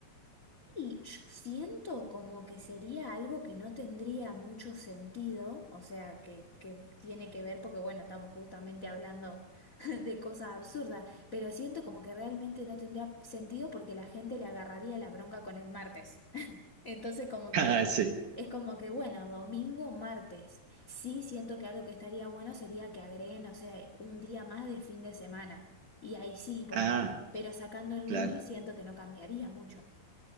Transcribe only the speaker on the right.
Ah, sí.
Ah,
claro.